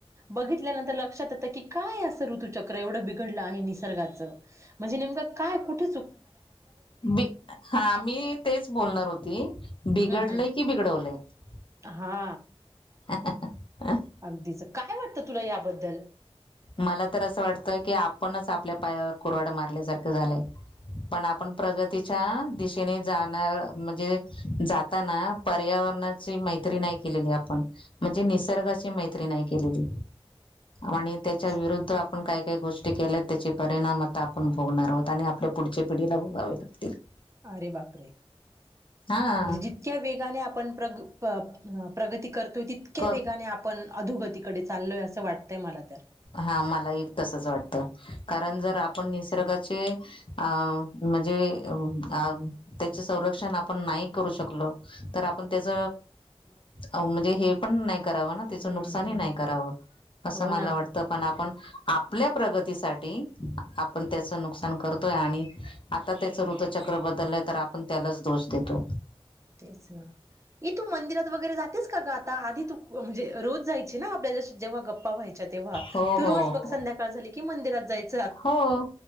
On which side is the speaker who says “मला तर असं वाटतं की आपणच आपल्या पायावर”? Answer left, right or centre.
Left